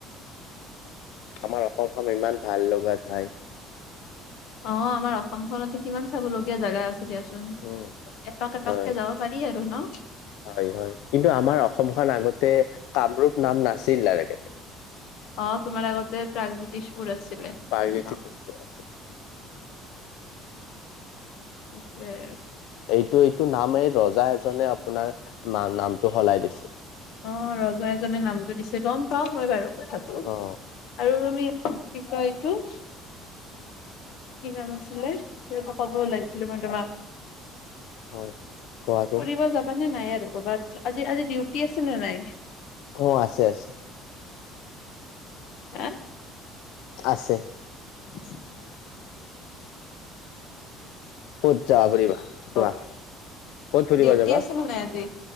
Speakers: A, on the left; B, on the left.
A: আমাৰ অসমখন ইমান ভাল লগা ঠাই
B: অ আমাৰ অসমখনতে কিমান চাবলগীয়া জাগা আছে দিয়াচোন
A: উম।
B: এপাকক এপাককে
A: হয়।
B: যাব পাৰি আৰু ন
A: হয় হয় কিন্তু আমাৰ অসমখন আগতে কামৰূপ নাম নাছিল আৰু কেতে
B: অ তোমাৰ আগতে প্ৰাগজ্যোতিষপুৰ আছিলে
A: প্ৰাগজ্যোতিষপুৰ
B: গম পাও
A: আছিল
B: এটোৱে
A: এইটো এইটো নাম এই ৰজা এজনে আপোনাৰ নাম নামটো সলাই দিছিল
B: অ ৰজা এজনে নামটো দিছে গম পাও মই বাৰু কথা
A: অ
B: আৰু আমি কি কয় এইটো কি নাম আছিলে হৈ পাপা কব লৈইছিলো মই তোমাক
A: হয় কোৱাচোন
B: ফুৰিব যাবা নে নাই আৰু কবাত আজি আজি ডিউটি আছে নে নাই
A: অ আছে আছে
B: হা।
A: আছে।
B: আছে।
A: ক'ত যোৱা ফুৰিব? কোৱা
B: অ
A: ক'ত ফুৰিবা
B: ডিউটি
A: যাবা?
B: আছে নে নাই আজি